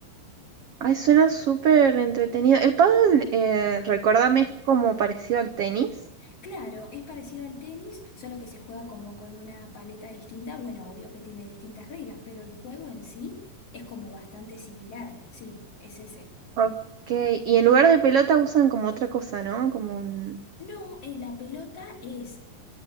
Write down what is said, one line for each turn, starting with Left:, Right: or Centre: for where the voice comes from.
Right: Ay, suena súper entretenido. El pádel, eh, recuérdame, es como parecido al tenis.
Left: Claro, es parecido al tenis, solo que se juega como con una paleta distinta. Bueno, obvio que tiene distintas reglas, pero el juego en sí es como bastante similar. Sí, es ese.
Right: Ok, y en lugar de pelota usan como otra cosa, ¿no? Como un...
Left: No, en la pelota es